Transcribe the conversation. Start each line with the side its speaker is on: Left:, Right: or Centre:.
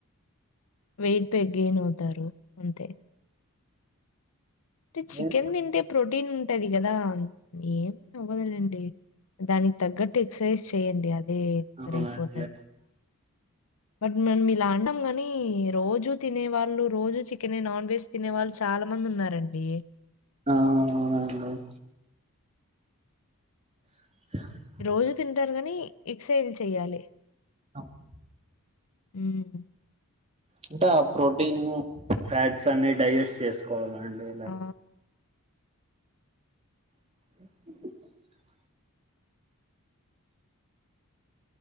Left: వెయిటే గెయిన్ అవుతారు అంతే. అంటే చికెన్
Right: అవునా
Left: తింటే ప్రోటీన్ ఉంటది కదా ఏం అవ్వదులేండి. దానికి తగ్గట్టు ఎక్సర్సైజ్ చెయ్యండి అదే
Right: అవునండి
Left: కరిగిపోతది. బట్ మనం ఇలా అంటంకని రోజు తినేవాళ్ళు రోజు చికెనే నాన్వెజ్ తినేవాళ్ళు చాలా మంది ఉన్నారండి.
Right: ఆ అవునండి. ఆ
Left: రోజు తింటరు కనీ ఎక్సైజ్లు చెయ్యాలి.
Right: అవును.
Left: హ్
Right: అంటే ఆ ప్రోటీన్ ఫ్యాట్స్ అన్ని డైజెస్ట్ చేసుకోవాలండి.
Left: ఆ!
Right: <inaudible>